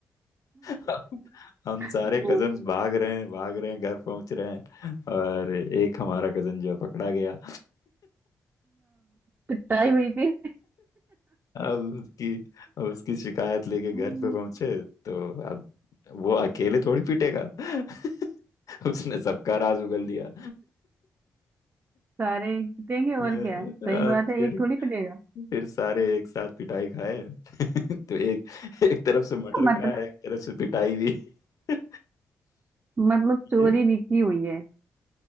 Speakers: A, on the left (about 55°); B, on the right (about 30°).
A: <laughs> हम
B: अब
A: सारे कजन्स भाग रहे हैं भाग रहे हैं घर पहुंच रहे हैं और एक हमारा कजन जो है पकड़ा गया
B: पिटाई हुई फिर
A: अब उसकी अब उसकी शिकायत लेके घर
B: हम्म,
A: पे पहुंचे तो अब वो अकेले थोड़ी पीटेगा <laughs> उसने सबका राज उगल दिया
B: सारे पिटेंगे और
A: <laughs>
B: क्या सही
A: अ,
B: बात है
A: फिर
B: एक थोड़ी पिटेगा
A: फिर सारे एक साथ पिटाई खाए <laughs> तो एक एक तरफ से मटर
B: मतलब
A: खाया एक तरफ से पिटाई भी <laughs>
B: मतलब
A: ये
B: चोरी भी की हुई है